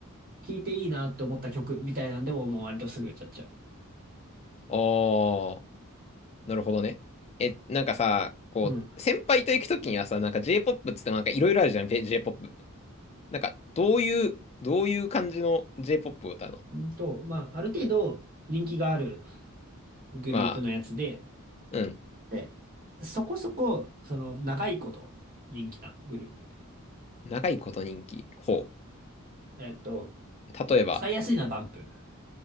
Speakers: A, on the right (about 40°); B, on the left (about 30°).
A: 聴いていいなって思った曲みたいなんでももう割とすぐ歌っちゃう。
B: ー、ああ、なるほどね。え、なんかさ、こう、
A: うん。
B: 先輩と行くときにはさ、なんか J-POP っつってもなんかいろいろあるじゃん、べ J-POP。なんか、どういう、どういう感じの J-POP を歌うの
A: うんと、まあ、ある程度人気があるグループのやつで、
B: まあ、うん。
A: で、そこそこ、その、長いこと人気なグループ。
B: 長いこと人気。ほ
A: えっと、
B: う。例えば、
A: 使いやすいのはバンプ。